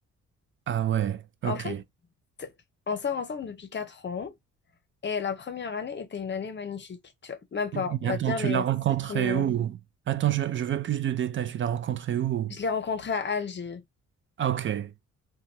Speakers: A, on the right; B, on the left.
A: Ah ouais, ok.
B: En fait, on sort ensemble depuis 4 ans, et la première année était une année magnifique. Tu vois, même pas,
A: Mais
B: on va
A: attends,
B: dire
A: tu
B: les
A: l'as rencontré
B: six premiers mois.
A: où? Attends, je, je veux plus de détails. Tu l'as rencontré où?
B: Je l'ai rencontré à Alger.
A: Ah, ok.